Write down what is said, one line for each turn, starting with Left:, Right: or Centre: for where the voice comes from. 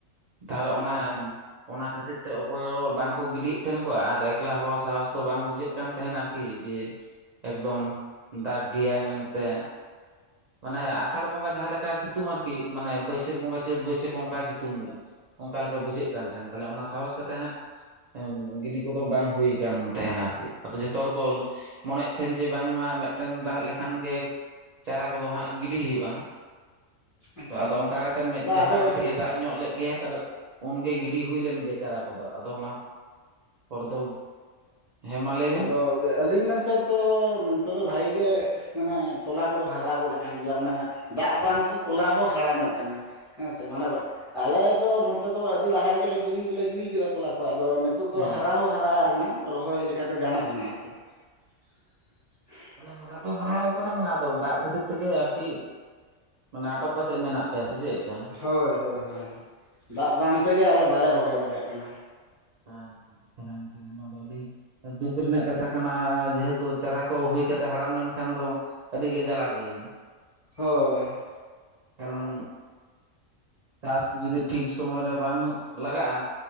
Right: ᱛᱟᱦᱚᱞᱮ
Left: ᱟᱪᱪᱷᱟ
Right: ᱚᱱᱟ ᱚᱱᱟ ᱠᱷᱟᱹᱛᱤᱨ ᱛᱮ ᱚᱠᱚᱭ ᱦᱚᱸ ᱵᱟᱝᱠᱚ ᱜᱤᱰᱤᱭᱮᱫ ᱛᱟᱦᱮᱱ ᱠᱚ ᱟᱨ ᱮᱠᱞᱟ ᱦᱚᱸ ᱥᱟᱦᱚᱥ ᱫᱚ ᱵᱟᱝ ᱵᱩᱡᱷᱟᱹᱜ ᱠᱟᱱᱟ ᱠᱟᱱ ᱛᱟᱦᱮᱱ ᱟᱨᱠᱤ ᱡᱮ ᱮᱠᱫᱚᱢ ᱫᱟᱜ ᱜᱮᱭᱟᱭ ᱢᱮᱱᱛᱮ ᱢᱟᱱᱮ ᱟᱥᱟᱲ ᱵᱚᱸᱜᱟ ᱡᱟᱦᱟ ᱞᱮᱠᱟ ᱥᱤᱛᱩᱝ ᱟᱨᱠᱤ ᱢᱟᱱᱮ ᱵᱟᱹᱭᱥᱟᱹᱠᱷ ᱵᱚᱸᱜᱟ ᱪᱟᱹᱛ ᱵᱟᱹᱭᱥᱟᱹᱠᱷ ᱚᱱᱠᱟ ᱥᱤᱛᱩᱝ ᱮᱫᱟ ᱚᱱᱠᱟ ᱞᱮᱠᱟ ᱵᱩᱡᱷᱟᱹᱜ ᱠᱟᱱ ᱛᱟᱦᱮᱱ ᱛᱟᱦᱚᱞᱮ ᱚᱱᱟ ᱥᱟᱦᱚᱥ ᱠᱟᱛᱮ ᱦᱟᱸᱜ ᱜᱤᱰᱤ ᱠᱚᱫᱚ ᱵᱟᱝ ᱦᱩᱭᱩ ᱟᱠᱟᱱ ᱛᱟᱦᱮᱱᱟ ᱟᱨᱠᱤ ᱟᱫᱚ ᱡᱚᱛᱚ ᱦᱚᱲ ᱠᱚ ᱢᱚᱱᱮᱭᱮᱫ ᱛᱟᱦᱮᱱ ᱡᱮ ᱵᱟᱝᱢᱟ ᱢᱤᱫᱴᱮᱱ ᱫᱟᱜ ᱞᱮᱠᱷᱟᱱ ᱜᱮ ᱪᱟᱨᱟ ᱠᱚᱫᱚ ᱦᱟᱸᱜ ᱜᱤᱰᱤ ᱦᱩᱭᱩᱜᱼᱟ
Left: ᱟᱪᱪᱷᱟ
Right: ᱛᱚ ᱟᱫᱚ ᱚᱱᱠᱟ ᱠᱟᱛᱮ ᱢᱤᱫ
Left: ᱵᱟ
Right: ᱡᱚᱠᱷᱟ
Left: ᱟᱫᱚ
Right: ᱠᱟᱹᱴᱤᱡ ᱮ ᱫᱟᱜ ᱧᱚᱜ ᱞᱮᱫ ᱜᱮ ᱛᱟᱦᱚᱞᱮ ᱩᱱᱜᱮ ᱜᱤᱰᱤ ᱦᱩᱭ ᱞᱮᱱ ᱜᱮᱭᱟ ᱪᱟᱨᱟ ᱠᱚᱫᱚ ᱟᱫᱚ ᱚᱱᱟ ᱯᱚᱨ ᱫᱚ ᱦᱮᱸ ᱢᱟ ᱞᱟᱹᱭ ᱵᱤᱱ
Left: ᱟᱫᱚ ᱟᱹᱞᱤᱧ ᱢᱮᱱᱛᱮ ᱛᱚ ᱱᱚᱛᱮ ᱫᱚ ᱵᱷᱟᱜᱮ ᱜᱮ ᱢᱟᱱᱮ ᱛᱚᱞᱟ ᱠᱚᱫᱚ ᱦᱟᱨᱟ ᱜᱚᱫ ᱟᱠᱟᱱ ᱜᱮᱭᱟ ᱢᱟᱱᱮ ᱫᱟᱜ ᱵᱟᱝᱛᱮ ᱛᱚᱞᱟ ᱦᱚᱸ ᱦᱟᱲᱟᱢᱚᱜ ᱠᱟᱱᱟ ᱦᱮᱸ ᱥᱮ ᱢᱟᱱᱮ ᱵᱟᱝ ᱟᱞᱮ ᱫᱚ ᱱᱮᱛᱚᱜ ᱫᱚ ᱟᱹᱰᱤ ᱞᱟᱦᱟ ᱨᱮᱜᱮᱞᱮ ᱜᱤᱲᱤ ᱫᱚᱞᱮ ᱜᱤᱲᱤ ᱟᱠᱟᱫᱟ ᱛᱚᱞᱟ ᱠᱚ ᱟᱫᱚ ᱱᱤᱛᱚᱜ ᱫᱚ
Right: ᱦᱮᱸ
Left: ᱦᱟᱨᱟ ᱦᱚᱸ ᱦᱟᱨᱟ ᱟᱠᱟᱱᱟ ᱨᱚᱦᱚᱭ ᱞᱮᱠᱟᱫᱚ ᱜᱟᱱ ᱟᱠᱟᱱᱟ ᱟᱨᱠᱤ <unintelligible>
Right: ᱢᱟᱱᱮ ᱦᱟᱨᱟ ᱫᱚ ᱦᱟᱨᱟ ᱟᱠᱟᱱᱟ ᱟᱫᱚ ᱫᱟᱜ ᱠᱷᱟᱹᱛᱤᱨ ᱛᱮᱜᱮ ᱟᱨᱠᱤ ᱢᱟᱱᱮ ᱟᱴᱚᱠ ᱠᱟᱛᱮᱜ ᱢᱮᱱᱟᱜ ᱯᱮᱭᱟ ᱥᱮ ᱪᱮᱫ ᱞᱮᱠᱟ
Left: ᱦᱳᱭ ᱦᱳᱭ ᱦᱳᱭ ᱫᱟᱜ ᱵᱟᱝ ᱛᱮᱜᱮ ᱟᱞᱮ ᱵᱟᱞᱮ ᱨᱚᱦᱚᱭ ᱫᱟᱲᱮᱭᱟᱜ ᱠᱟᱱᱟ
Right: ᱟᱪᱪᱷᱟ ᱜᱚᱝᱠᱮ ᱱᱚᱣᱟ ᱫᱚ ᱟᱹᱰᱤ ᱫᱩᱠ ᱨᱮᱱᱟᱜ ᱠᱟᱛᱷᱟ ᱠᱟᱱᱟ ᱡᱮᱦᱮᱛᱩ ᱪᱟᱨᱟ ᱠᱚ ᱦᱩᱭ ᱠᱟᱛᱮᱫ ᱦᱟᱲᱟᱢ ᱞᱮᱱᱠᱷᱟᱱ ᱫᱚ ᱟᱹᱰᱤᱜᱮ ᱡᱟᱞᱟ ᱜᱮᱭᱟ
Left: ᱦᱳᱭ
Right: ᱠᱟᱨᱚᱱ ᱪᱟᱥ ᱡᱩᱫᱤ ᱴᱷᱤᱠ ᱥᱩᱢᱚᱭ ᱨᱮ ᱵᱟᱝ ᱞᱟᱜᱟᱜᱼᱟ